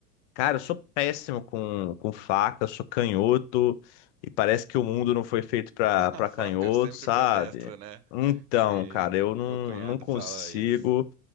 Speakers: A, on the left; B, on the right.
A: Cara, eu sou péssimo com, com faca, eu sou canhoto, e parece que o mundo não foi feito pra,
B: <laughs>
A: pra
B: A faca
A: canhoto,
B: é sempre
A: sabe?
B: pra destra, né?
A: Então,
B: Se
A: cara, eu não,
B: meu cunhado
A: não consigo,
B: fala isso.